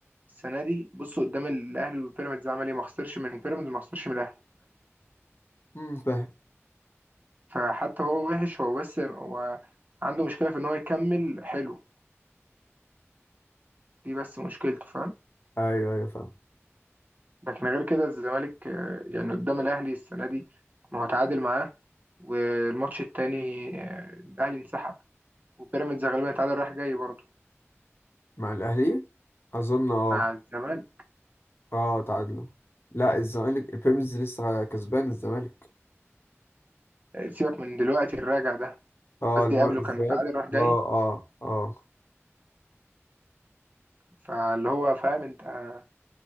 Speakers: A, on the right (about 35°); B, on the left (about 55°).
A: السنه دي بص قدام الاهلي والبيراميدز عمل ايه ما خسرش من بيراميدز ما خسرش من الاهلي
B: امم فاهم
A: فحتى هو وحش هو بس هو عنده مشكلة في إن هو يكمل حلو دي بس مشكلته فاهم
B: ايوه ايوه فاهم
A: لكن غير كده الزمالك آه، يعني قدام الأهلي السنة دي ما هو تعادل معاه والماتش التاني آه، الأهلي انسحب وبيراميدز غالبا تعادل رايح جاي برضه
B: مع الأهلي أظن اه
A: مع الزمالك
B: اه تعادلوا لا الزمالك بيراميدز لسه كسبان الزمالك
A: آه، سيبك من دلوقتي الراجع ده
B: اه
A: قصدي
B: الماء
A: قبله
B: الذهب
A: كان متعادل رايح جاي
B: اه اه اه
A: فاللي هو فاهم أنت آه،